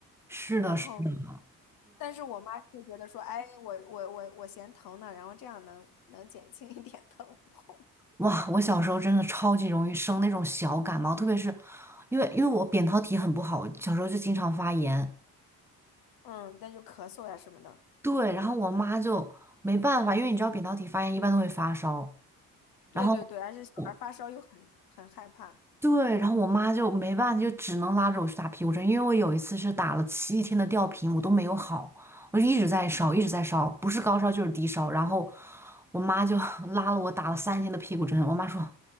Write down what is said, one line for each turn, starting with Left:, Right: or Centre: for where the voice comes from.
Centre: 是的，
Left: 然后，
Centre: 是的。
Left: 但是我妈就觉得说，哎，我我我我嫌疼呢，然后这样能能减轻一点疼痛，
Centre: 哇，我小时候真的超级容易生那种小感冒，特别是因为因为我扁桃体很不好，小时候就经常发炎。
Left: <laughs> 嗯，但就咳嗽呀什么的，
Centre: 对，然后我妈就没办法，因为你知道扁桃体发炎一般都会发烧，
Left: 对对对，
Centre: 然后
Left: 而且小孩发烧又很很害怕。
Centre: 我对，然后我妈就没办法，就只能拉着我去打屁股针，因为我有一次是打了七天的吊瓶，我都没有好，我就一直在烧，一直在烧，不是高烧就是低烧，然后我妈就 <laughs> 拉了我打了三天的屁股针，我妈说